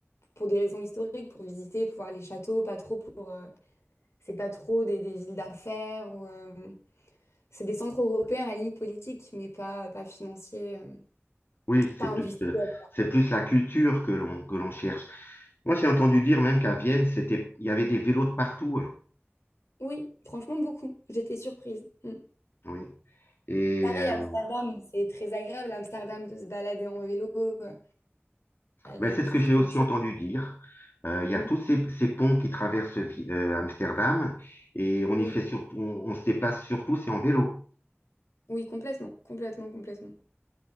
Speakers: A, on the left; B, on the left.
A: pour des raisons historiques, pour visiter, pour voir les châteaux, pas trop pour. euh, c'est pas trop des, des villes d'affaires ou. euh, C'est des centres européens à la limite politique, mais pas, pas financiers, euh,
B: Oui,
A: pas
B: c'est plus,
A: industriels.
B: euh, c'est plus la culture que l'on, que l'on cherche. Moi, j'ai entendu dire même qu'à Vienne, c'était, il y avait des vélos de partout. hein.
A: Oui, franchement, beaucoup. J'étais surprise. Mm.
B: Oui. Et,
A: Pareil,
B: euh,
A: Amsterdam, c'est très agréable, Amsterdam, de se balader en vélo. euh, Il
B: Mais
A: y a une
B: c'est ce
A: forte
B: que j'ai
A: culture.
B: aussi entendu dire. Euh, Il y
A: Oui,
B: a tous ces, ces ponts qui traversent Vi- euh, Amsterdam et on
A: oui,
B: y fait surtout, on, on se déplace surtout, c'est en vélo.
A: oui, complètement, complètement, complètement.